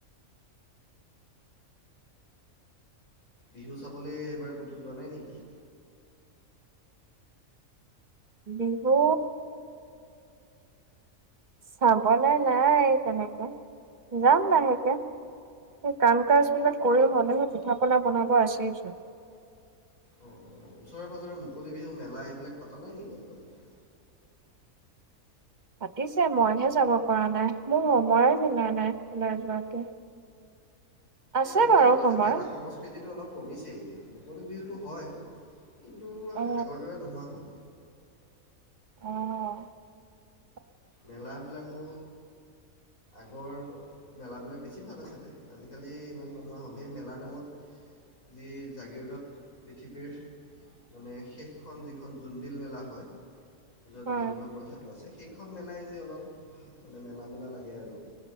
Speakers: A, on the left; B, on the right.
A: বিহু চাবলৈ এইবাৰ ক'তো যোৱা নাই নেকি
B: বিহু চাবলৈ নাই তেনেকে যাম লাহেকে স কাম কাজ বিলাক কৰি হলেহে পিঠা পনা বনাব আছেই
A: অঁ অঁ ওচৰে পাঁৰে মুকলি বিহু মেলা এইবিলাক পতা নাই নেকি আপোনালোকৰ
B: পাতিছে মইহে যাব পৰা নাই মোৰ সময় মিলাই নাই ওলাই যোৱাকে আছে
A: এই আজিকালি
B: বাৰু
A: পাছে
B: সময়
A: মেলা সংস্কৃতিটো অলপ কমিছেই মুকলি বিহুটো হয় কিন্তু
B: অ
A: আগৰ দৰে নোহোৱা হ'ল
B: অহ
A: মেলাবিলাকো আগৰ মেলাবিলাক বেছি ভাল আছিলে আজিকালি ইমান নোহোৱা হ'ল সেই মেলাৰ নামত যি জাগীৰোদত পৃথিৱীৰ মানে শেষখন যিখন জোনবিল মেলা হয়। য'ত
B: হয়
A: বিনিময় প্ৰথাটো আছে খন মেলাই যি অলপ মানে মেলা মলা লাগে আৰু